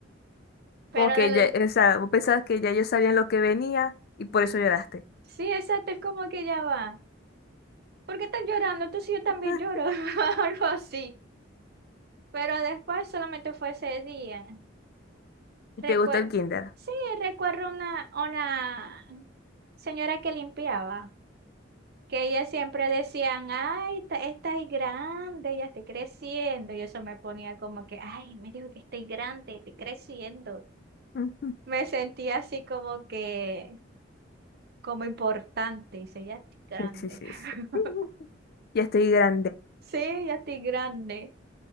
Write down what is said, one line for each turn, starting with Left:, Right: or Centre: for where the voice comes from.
Right: Pero
Left: Como que
Right: de lo-
Left: ya, o sea, vos pensabas que ya ellos sabían lo que venía y por eso lloraste.
Right: Sí, exacto, es como que ya va. ¿Por qué estás llorando? tú Entonces yo también
Left: <laughs>
Right: lloro, <laughs> algo así. Pero después solamente fue ese día.
Left: ¿Y
Right: Recuerdo,
Left: te gusta el kinder?
Right: sí, recuerdo una, una señora que limpiaba, que ella siempre decían, ay, ta- esta grande, ya estoy creciendo. Y eso me ponía como que, ay, me dijo que estoy grande, estoy creciendo.
Left: <laughs>
Right: Me sentía así como que, como importante. Y dice, ya estoy grande.
Left: Sí, sí, sí.
Right: <laughs>
Left: sí. Ya estoy grande.
Right: Sí, ya estoy grande.